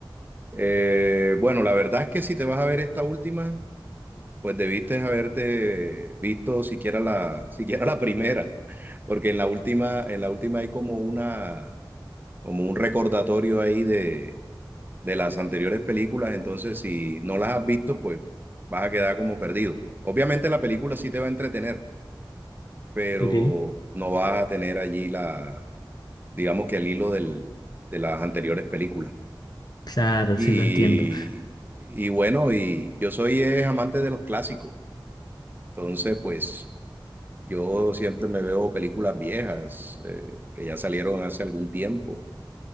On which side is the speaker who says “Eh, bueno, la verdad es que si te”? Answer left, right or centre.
Right